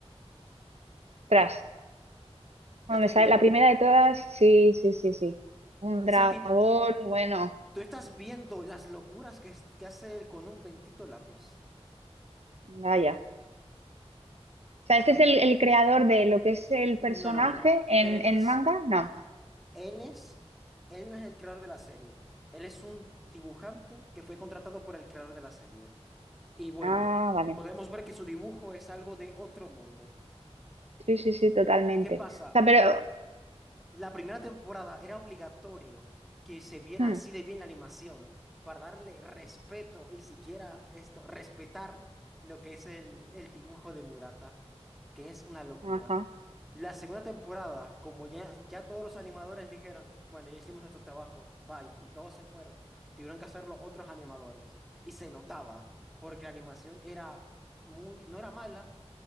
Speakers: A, on the right (about 70°); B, in the centre.
A: Tras.
B: Ya
A: Bueno,
B: estás
A: me sale
B: viendo.
A: la primera de todas. Sí, sí, sí, sí. Un dragón,
B: Ese tipo,
A: bueno.
B: tú estás viendo las locuras que, es- que hace él con un bendito lápiz.
A: Vaya. O sea,
B: La
A: este
B: gente,
A: es el, el creador de lo que es el personaje
B: no, no, no, no.
A: en,
B: Él
A: en
B: es,
A: manga. No.
B: él es, él no es el creador de la serie. Él es un dibujante que fue contratado por el creador de la serie. Y bueno,
A: Ah, vale.
B: podemos ver que su dibujo es algo de otro mundo.
A: Sí, sí, sí, totalmente.
B: ¿Y qué pasa?
A: O sea, pero...
B: La primera temporada era obligatorio que se viera
A: hmm,
B: así de bien la animación para darle respeto y siquiera esto, respetar lo que es el, el dibujo de Murata, que es una locura.
A: ajá.
B: La segunda temporada, como ya, ya todos los animadores dijeron, bueno, ya hicimos nuestro trabajo, bye, y todos se fueron, tuvieron que hacerlo otros animadores. Y se notaba, porque la animación era muy, no era mala,